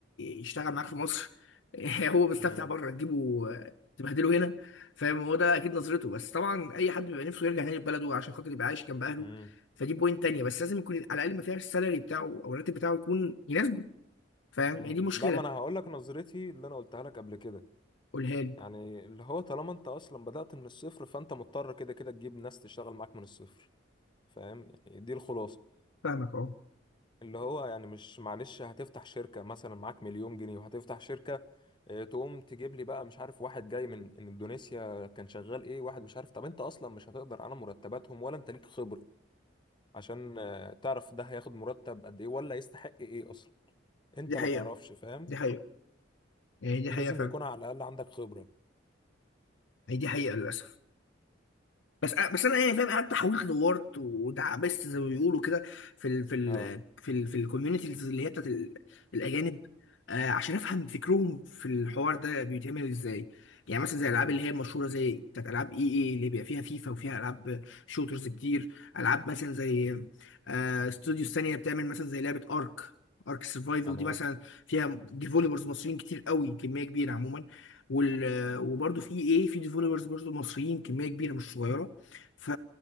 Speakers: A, on the left; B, on the left.
A: يشتغل معاك في مصر <laughs> هو مستمتع
B: مم.
A: بره تجيبه آه، تبهدله هنا فاهم هو ده أكيد نظرته بس طبعا أي حد بيبقى نفسه يرجع تاني لبلده عشان خاطر يبقى عايش جنب أهله
B: مم.
A: فدي بوينت تانية بس لازم يكون على الأقل ما فيهاش السالري بتاعه أو الراتب بتاعه يكون يناسبه فاهم
B: مم.
A: هي دي مشكلة
B: لا ما انا هقول لك نظرتي اللي انا قلتها لك قبل كده
A: قولها لي
B: يعني اللي هو طالما انت اصلا بدأت من الصفر فانت مضطر كده كده تجيب ناس تشتغل معاك من الصفر فاهم يعني دي الخلاصه
A: فاهمك أه
B: اللي هو يعني مش معلش هتفتح شركه مثلا معاك مليون جنيه وهتفتح شركه آه، تقوم تجيب لي بقى مش عارف واحد جاي من اندونيسيا كان شغال ايه واحد مش عارف طب انت اصلا مش هتقدر على مرتباتهم ولا انت ليك خبره عشان آه، تعرف ده هياخد مرتب قد ايه ولا يستحق ايه اصلا انت
A: دي
B: ما
A: حقيقة
B: تعرفش فاهم
A: دي حقيقة يعني دي
B: لازم
A: حقيقة فاهم
B: يكون على الاقل عندك خبره
A: هي دي حقيقة للأسف بس أ- بس انا يعني فاهم قعدت حاولت دورت ودعبست زي ما بيقولوا كده في ال في ال
B: اه
A: في ال في الكوميونيتيز اللي هي بتاعت ال- الاجانب آه عشان افهم فكرهم في الحوار ده بيتعمل ازاي يعني مثلا زي
B: مهم.
A: الالعاب اللي هي المشهوره زي بتاعت العاب اي اي اللي بيبقى فيها فيفا وفيها العاب شوترز كتير العاب مثلا زي آه استوديوز ثانيه بتعمل مثلا زي لعبه ارك ارك سرفايفل
B: تمام
A: دي مثلا فيها ديفولبرز مصريين كتير قوي كميه كبيره عموما وال وبرضه في اي اي في ديفولبرز برضه مصريين كميه كبيره مش صغيره ف...